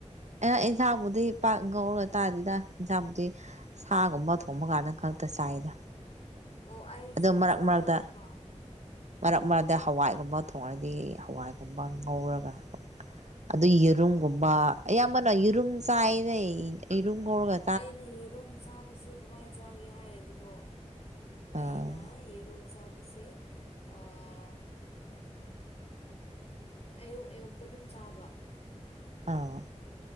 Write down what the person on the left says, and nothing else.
ꯑꯣ ꯑꯩꯁꯨꯅꯦ
ꯁꯨꯃꯥꯏ
ꯑꯣꯏꯌꯦꯕ꯫
ꯑꯩꯅ ꯌꯦꯔꯨꯝ ꯁꯥꯕꯕꯁꯦ ꯀꯃꯥꯏꯅ ꯆꯥꯒꯦ ꯍꯥꯏꯔꯗꯤꯀꯣ ꯑꯩꯅ
ꯌꯦꯔꯨꯝ ꯆꯥꯕꯁꯦ ꯑꯥ ꯑꯌꯨꯛ ꯑꯌꯨꯛꯇ ꯑꯗꯨꯝ ꯆꯥꯕ꯫